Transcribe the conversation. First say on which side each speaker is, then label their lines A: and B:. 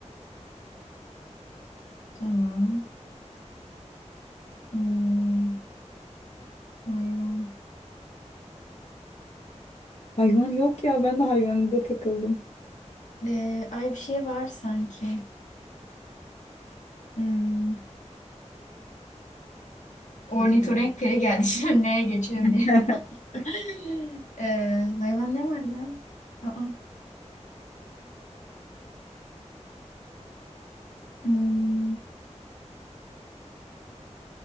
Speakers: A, on the left; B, on the left.
A: Tamam. Hmm, hayvan.
B: Hayvan yok ya. Ben de hayvanında takıldım.
A: Ee, ay bir şey var sanki. Hmm, ornitorenk
B: Ne
A: peri geldi <laughs> şimdi neye geçiyor
B: <laughs>
A: diye. <laughs> Ee, hayvan ne var ya? Aa, hmm,